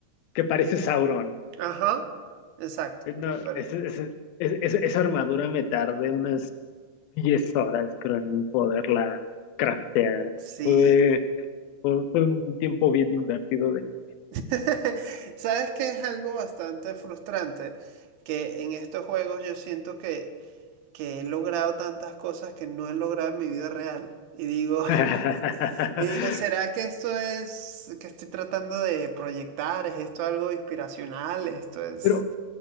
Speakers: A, on the left; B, on the right.
A: que pareces Sauron.
B: Ajá, exacto.
A: Eh, No,
B: Que parece.
A: es- es- es- es- esa armadura me tardé unas 10 horas, creo, en poderla craftear.
B: Sí.
A: Fue, fue, fue un tiempo bien invertido de mi vida.
B: <laughs> ¿Sabes que es algo bastante frustrante? Que en estos juegos yo siento que, que he logrado tantas cosas que no he logrado en mi vida real. Y digo, <laughs>
A: <laughs>
B: y digo, ¿será que esto es que estoy tratando de proyectar? ¿Es esto algo inspiracional? ¿Esto es...?
A: Pero